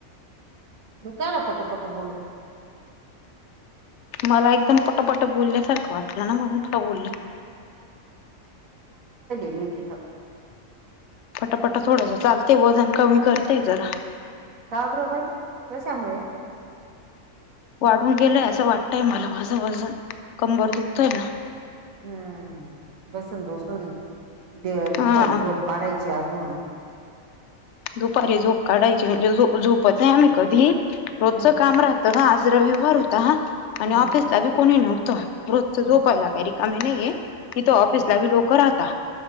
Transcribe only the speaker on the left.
मला एकदम पटापट बोलल्यासारखं वाटलं ना म्हणून तुला बोलले
पटापटा थोडास चालत वजन कमी करतेय जरा
वाढून गेलय असं वाटतंय मला माझं वजन कंबर दुखतोय ना
हा
दुपारी झोप काढायची म्हणजे झोपत नाही आम्ही कधी रोजचं
काम राहत तर आज रविवार होता हा आणि
ऑफिसला बी कोणी न त रोजच
झोपायला काय र कामे नाही ये तिथ ऑफिसलाी
लोक राहता